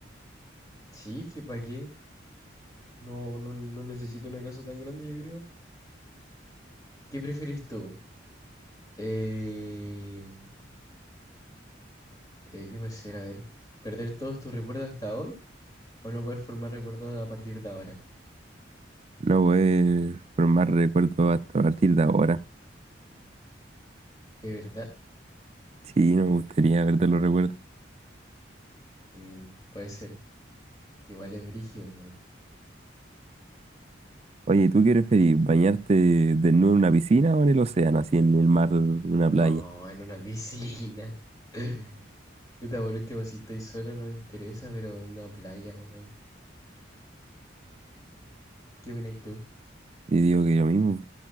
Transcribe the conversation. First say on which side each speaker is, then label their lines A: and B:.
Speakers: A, on the left; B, on the right.
A: Sí, es que ¿para qué? No, no, no necesito una casa tan grande, yo creo. ¿Qué prefieres tú? Eh, eh, ¿qué puede ser? A ver. ¿Perder todos tus recuerdos hasta hoy? O no poder formar recuerdos a partir de ahora.
B: No poder formar recuerdos hasta a partir de ahora.
A: ¿De verdad?
B: Sí, no me gustaría perder los recuerdos.
A: Mm, puede ser. Que igual es brígido, weón.
B: Oye, ¿tú qué preferís? ¿Bañarte desnudo en una piscina o en el océano, así en el mar, en una
A: No,
B: playa?
A: en una piscina. <laughs> Puta, por último, si estoy solo no me interesa, pero en una playa, weón. ¿Qué opinas tú?
B: Y digo que lo mismo,